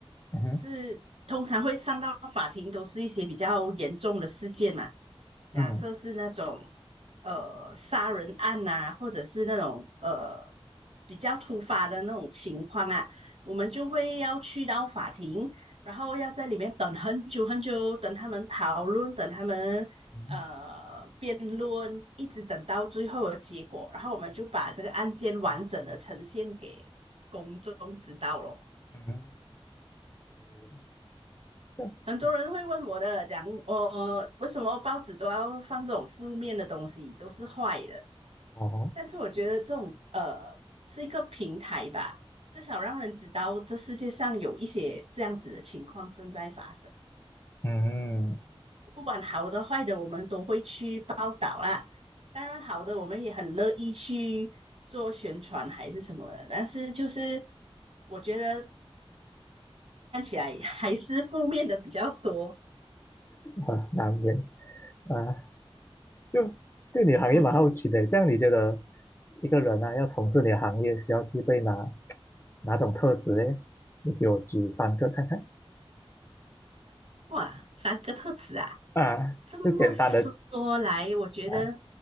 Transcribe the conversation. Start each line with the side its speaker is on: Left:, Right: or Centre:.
Left: 嗯哼
Right: 就是通常会上到法庭，都是一些比较严重的事件嘛。假设是那种
Left: 嗯
Right: 呃杀人案呐、或者是那种呃比较突发的那种情况啊，我们就会要去到法庭，然后要在里面等很久很久，等他们讨论，等他们呃辩论，
Left: 嗯
Right: 一直等到最后的结果，然后我们就把这个案件完整的呈现给公众知道咯。
Left: 嗯，嗯这样
Right: 很多人会问我的，讲我为什么报纸都要放这种负面的东西，都是坏的。
Left: 哦，
Right: 但是我觉得这种呃是一个平台吧，至少让人知道这世界上有一些这样子的情况正在发生，
Left: 嗯，
Right: 不管好的坏的，我们都会去报道啦。当然好的，我们也很乐意去做宣传还是什么的，但是就是我觉得看起来还是负面的比较多，
Left: 很难免啊，就对你行业蛮好奇的，
Right: 嗯。
Left: 这样你觉得一个人啊，要从事你的行业，需要具备哪哪种特质嘞？你给我举三个看看
Right: 哇，三个特质啊！
Left: 啊，
Right: 这么说来，
Left: 就简单的
Right: 我觉得
Left: 啊，